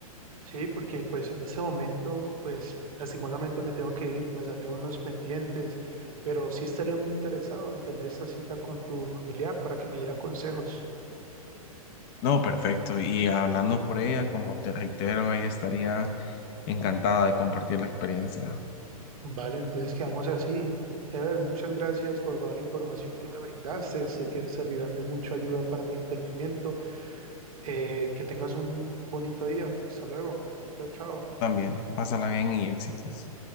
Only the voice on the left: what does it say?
No, perfecto. Y hablando por ella, como te reitero, ella estaría Encantada de compartir la experiencia.
También, pásala bien y éxitos.